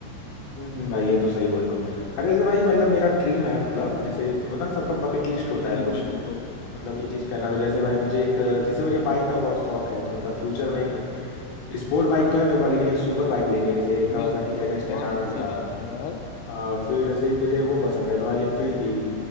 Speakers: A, on the left; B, on the left.
A: हम्म भाई ये तो सही बोल लो अरे जैसे भाई मतलब मेरा ड्रीम है मतलब जैसे होता है ना सबका बकेट लिस्ट होता है
B: बिल्कुल
A: कुछ
B: बिल्कुल
A: मतलब ये चीज करना तो जैसे भाई मुझे एक जैसे मुझे बाइक का बहुत शौक है तो मतलब फ्यूचर
B: हाँ
A: में एक
B: हाँ
A: स्पोर्ट बाइक तो है मेरे पास लेकिन एक सुपर बाइक लेनी है जैसे कावासाकी
B: बिल्कुल
A: जेड एक्स
B: बहुत
A: टेन आर हो
B: अच्छी
A: गया
B: बात है यार
A: अ, फिर जैसे एक मुझे वो पसंद है रॉयल एनफील्ड की